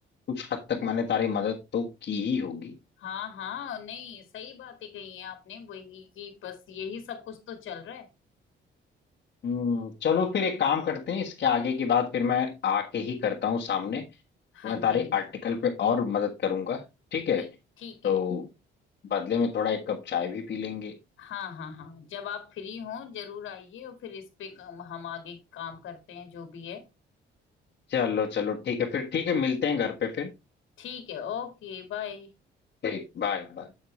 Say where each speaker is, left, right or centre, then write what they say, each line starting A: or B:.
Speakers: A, on the left; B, on the left.
A: कुछ हद तक मैंने तारी मदद तो की ही होगी
B: हाँ हाँ नहीं सही बातें कही है आपने वही कि बस यही सब कुछ तो चल रहा है
A: हम्म चलो फिर एक काम करते हैं इसके आगे की बात फिर मैं आके ही करता हूँ सामने तो
B: हाँ
A: मैं तारे
B: जी हाँ
A: आर्टिकल
B: जी
A: पे और मदद करूंगा ठीक है
B: ठीक ठीक
A: तो
B: है
A: बदले में थोड़ा एक कप चाय भी पी लेंगे
B: हाँ हाँ हाँ जब आप फ्री हो जरूर आइए और फिर इस पे हम हम आगे काम करते हैं जो भी है
A: चलो चलो ठीक है फिर ठीक है मिलते हैं घर पे फिर
B: ठीक है ओके बाय
A: ठीक बाय बाय